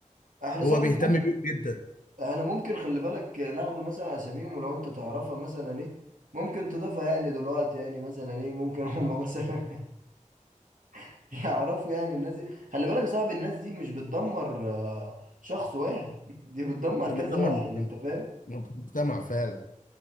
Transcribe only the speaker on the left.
هو
بيهتم
بيهم جدا
ده
بتدمر
المجتمع
المجتمع فعلا